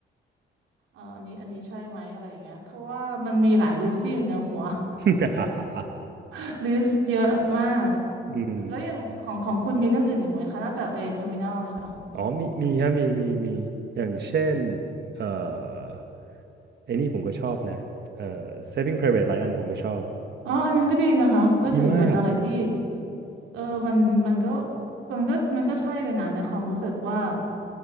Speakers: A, on the right; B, on the right.
A: เอ่ออันนี้อันนี้ใช่ไหมอะไรอย่างเงี้ยเพราะว่ามันมีหลายลิสต์ที่อยู่ในหัว
B: <laughs>
A: <laughs> ลิสต์เยอะมาก
B: อืม
A: แล้วอย่างของของคุณมีเรื่องอื่นอีกไหมคะนอกจากเอเทอร์มินอลนะคะ
B: อ๋อ มีมีฮะมี มี มี อย่างเช่น เอ่อ ไอ้นี่ผมก็ชอบนะเอ่อ Saving Private Ryan ผมก็ชอบ
A: อ๋ออันนั้นก็ดีนะคะก็ถือเป็นอะไรที่
B: ดีมาก
A: เออมันมันก็มันก็มันก็ใช่เลยนะในความรู้สึกว่า